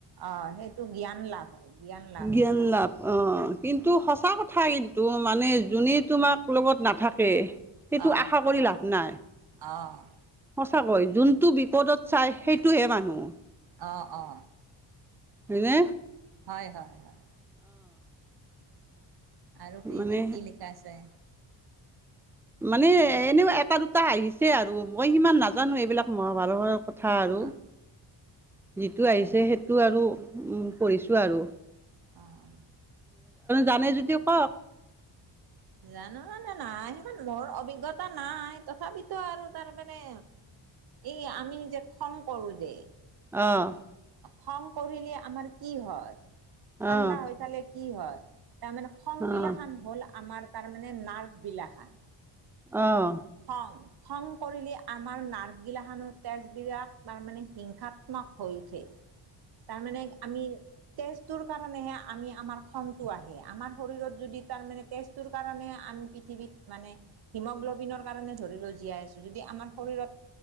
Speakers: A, on the right; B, in the centre.
A: অ', সেইটো জ্ঞান লাভ হয় জ্ঞান লাভ
B: জ্ঞান
A: হয়।
B: অ', কিন্তু সঁচা কথা কিন্তু মানে জোনে তোমাক লগত নাথাকে। সেইটো
A: অ
B: আশা কৰি লাভ নাই।
A: অ'।
B: সঁচাকৈ যোনটো বিপদত চাই সেইটোহে মানুহ।
A: অ', অ'।
B: হয় নে?
A: হয়, হয়। হয় আৰু কি,
B: মানে
A: কি লিখা আছে?
B: মানে
A: আৰু
B: এনেও এটা দুটা আহিছে আৰু মই সিমান নাজানো এইবিলাক মহাভাৰতৰ কথা আৰু
A: অ
B: যিটো আহিছে
A: অ
B: সেই সেইটো আৰু পঢ়িছোঁ আৰু
A: অ
B: জানে যদি কওক?
A: জানো মানে নাই সিমান মোৰ অভিজ্ঞতা নাই, তথাপিতো আৰু তাৰ মানে এই আমি যে খং কৰো যে,
B: অ',
A: খং কৰিলে আমাৰ কি হয়, ঠাণ্ডা
B: অঁ
A: হৈ থালে কি হয়? তাৰমানে খং
B: অঁ
A: বিলাখান হ'ল আমাৰ তাৰ মানে নাৰ্ভ বিলাখান।
B: অ',
A: খং খং কৰিলে আমাৰ নাৰ্ভগিলা খানো তেজ বিলাগ তাৰমানে হিংসাত্মক হৈ উঠে।
B: অ <inaudible>
A: তাৰ মানে আমি, তেজ টো কাৰণে আমি আমাৰ খন আহে, আমাৰ শৰীৰত যদি তাৰে তেজ তোৰ কাৰণে আমি পৃথিৱীত মানে হিমগ্ল'বিনৰ কাৰণে ধৰি লও জীয়াই আছো। যদি আমাৰ শৰীৰত